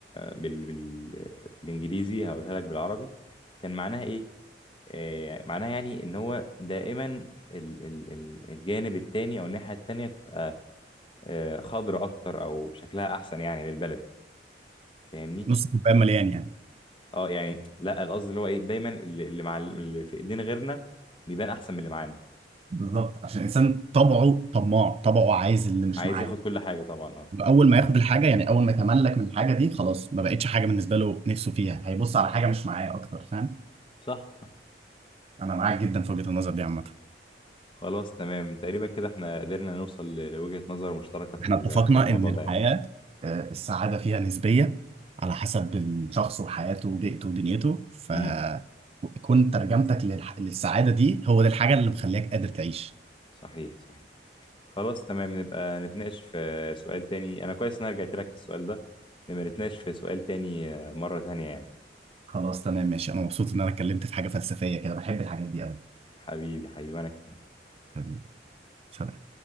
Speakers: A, on the left; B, on the right.
A: بال... بال... بالانجليزي هقولها لك بالعربي كان معناها ايه آه، معناها يعني ان هو دائما ال- ال- ال- الجانب التاني او الناحية التانية بتبقى آه، خضرة اكتر او شكلها احسن يعني للبلد فاهمني
B: نص كوبايه مليان يعني
A: اه يعني لا القصد اللي هو ايه دايما اللي اللي مع اللي في ايدين غيرنا بيبان احسن من اللي معانا
B: بالظبط عشان الانسان طبعه طماع طبعه عايز اللي مش
A: عايز
B: معاه
A: ياخد كل حاجة طبعا اه
B: اول ما ياخد الحاجه يعني اول ما يتملك من الحاجه دي خلاص ما بقتش حاجه بالنسبه له نفسه فيها هيبص على حاجه مش معاه اكتر فاهم
A: صح صح
B: انا معاك جدا في وجهه النظر دي عامه
A: خلاص تمام تقريبا كده احنا قدرنا نوصل ل- لوجهة نظر مشتركة في
B: احنا
A: ال-
B: اتفقنا
A: في الموضوع
B: ان الحياه
A: ده يعني
B: آه، السعاده فيها نسبيه على حسب الشخص وحياته وبيئته ودنيته فكون
A: امم
B: ترجمتك للح- للسعاده دي هو دي الحاجه اللي مخليك قادر تعيش
A: صحيح صحيح خلاص تمام نبقى نتناقش في سؤال تاني انا كويس ان انا رجعت لك في السؤال ده نبقى نتناقش في سؤال تاني آه، مرة تانية يعني
B: خلاص تمام ماشي انا مبسوط ان انا اتكلمت في حاجه فلسفيه كده بحب الحاجات دي قوي
A: حبيبي حبيبي انا كمان
B: حبيبي سلام